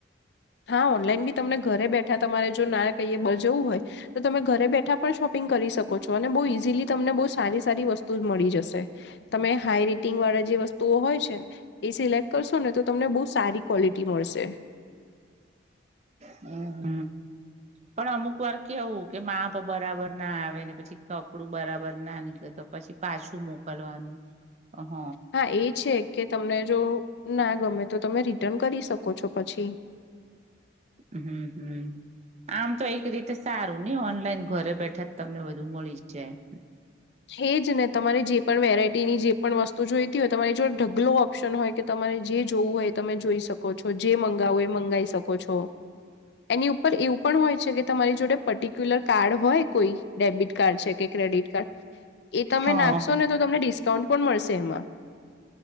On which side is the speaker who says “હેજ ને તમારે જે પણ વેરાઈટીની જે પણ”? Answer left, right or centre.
Left